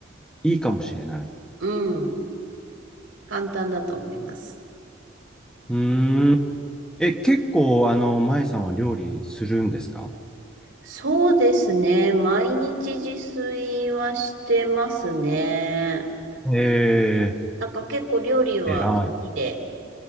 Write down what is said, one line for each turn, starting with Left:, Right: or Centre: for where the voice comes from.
Centre: いいかもしれない。
Right: うん。簡単だと思います。
Centre: うーん。え、結構、あの、舞さんは料理するんですか
Right: そうですね。毎日自炊はしてますね。
Centre: え
Right: なんか結構料理は好きで。
Centre: え偉い。